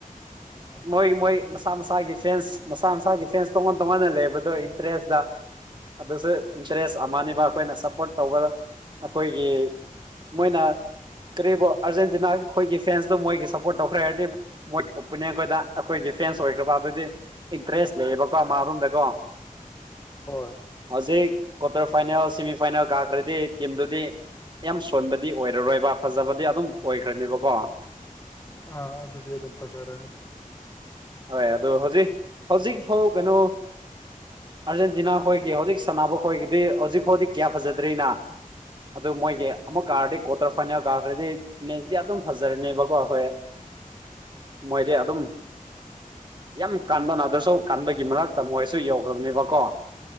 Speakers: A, on the left; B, on the right.
A: ꯍꯣꯏ
B: ꯃꯣꯏ
A: ꯃꯥꯒꯤ
B: ꯃꯣꯏ
A: ꯃꯥꯒꯤ
B: ꯃꯁꯥ ꯃꯁꯥꯒꯤ ꯐꯦꯟꯁ ꯃꯁꯥ ꯃꯁꯥꯒꯤ ꯐꯦꯟꯁ ꯇꯣꯉꯥꯟ ꯇꯣꯉꯥꯟꯅ ꯂꯩꯕꯗꯣ ꯏꯟꯇꯔꯦꯁꯇ ꯑꯗꯨꯁꯨ ꯏꯟꯇꯔꯦꯁ ꯑꯃꯅꯤꯕ
A: ꯍꯣꯏ
B: ꯑꯩꯈꯣꯏꯅ ꯁꯞꯄꯣꯔꯠ ꯇꯧꯕ ꯑꯩꯈꯣꯏꯒꯤ ꯃꯣꯏꯅ ꯀꯔꯤꯕꯨ ꯑꯥꯔꯖꯦꯟꯇꯤꯅꯥ ꯑꯩꯈꯣꯏꯒꯤ ꯐꯦꯟꯁꯇꯣ ꯃꯣꯏꯒꯤ ꯁꯞꯄꯣꯔꯠ ꯇꯧꯈ꯭ꯔꯦ ꯍꯥꯏꯗꯤ ꯃꯣꯏ <unintelligible> ꯅꯦ ꯑꯩꯈꯣꯏꯗ ꯑꯩꯈꯣꯏꯒꯤ ꯐ‌ꯦꯟꯁ ꯑꯣꯏꯈ꯭ꯔꯕ ꯑꯗꯨꯗꯤ ꯏꯟꯇꯔꯦꯁ ꯂꯩꯌꯦꯕꯀꯣ ꯃꯥꯔꯣꯝꯗꯀꯣ
A: ꯍꯣꯏ
B: ꯍꯧꯖꯤꯛ ꯀ꯭ꯋꯥꯇꯔ ꯐꯥꯏꯅꯦꯜ ꯁꯦꯃꯤ ꯐꯥꯏꯅꯦꯜ ꯀꯥꯈ꯭ꯔꯗꯤ ꯇꯤꯝꯗꯨꯗꯤ ꯌꯥꯝ ꯁꯣꯟꯕꯗꯤ ꯑꯣꯏꯔꯔꯣꯏꯕ ꯐꯖꯕꯗꯤ ꯑꯗꯨꯝ ꯑꯣꯏꯈ꯭ꯔꯅꯦꯕꯀꯣ
A: ꯑꯥ ꯑꯗꯨꯗꯤ ꯑꯗꯨꯝ ꯐꯖꯔꯅꯤ
B: ꯍꯣꯏ ꯑꯗꯣ ꯍꯧꯖꯤꯛ ꯍꯧꯖꯤꯛꯐꯥꯎ ꯀꯩꯅꯣ ꯑꯥꯔꯖꯦꯟꯇꯤꯅꯥ ꯑꯩꯈꯣꯏꯒꯤ ꯍꯧꯖꯤꯛ ꯁꯥꯟꯅꯕ ꯈꯈꯣꯏꯒꯤꯗꯤ ꯍꯧꯖꯤꯛꯐꯥꯎꯗꯤ ꯀꯌꯥ ꯐꯖꯗ꯭ꯔꯤꯅ ꯑꯗꯨ ꯃꯣꯏꯁꯦ ꯑꯃꯨꯛ ꯀꯥꯔꯗꯤ ꯀꯣꯇ꯭ꯔꯁꯅꯤ ꯀꯥꯈ꯭ꯔꯗꯤ ꯃꯤꯦꯟꯁꯇꯤ ꯑꯗꯨꯝ ꯐꯖꯔꯅꯦꯕꯀꯣ ꯍꯈꯣꯏ ꯃꯣꯏꯗꯤ ꯑꯗꯨꯝ ꯌꯥꯝ ꯀꯥꯟꯕ ꯅꯥꯗ꯭ꯔꯁꯨꯧ ꯀꯥꯟꯕꯒꯤ ꯃꯔꯛꯇ ꯃꯣꯏꯁꯨ ꯌꯧꯈ꯭ꯔꯕꯅꯦꯕꯀꯣ